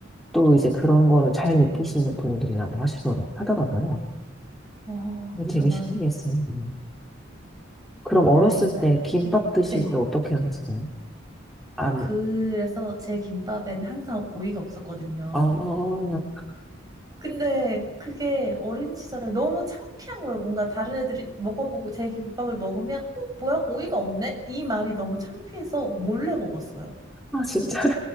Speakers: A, in the centre; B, on the right.
A: 또 이제 그런 거를 잘 느끼시는 분들이라고 하시더라고요. 하더라고요.
B: 어,
A: 근데
B: 저만
A: 되게 신기했어요. 음. 그럼 어렸을
B: 다행이다.
A: 때 김밥 드실
B: 네네.
A: 때 어떻게 하셨어요? 안,
B: 어, 그래서 제 김밥엔 항상 오이가 없었거든요.
A: 어,
B: 근데 그게 어린 시절에 너무 창피한 거예요. 뭔가 다른 애들이 먹어보고 제 김밥을 먹으면 어, 뭐야? 오이가 없네? 이 말이 너무 창피해서 몰래 먹었어요.
A: 아, 진짜요?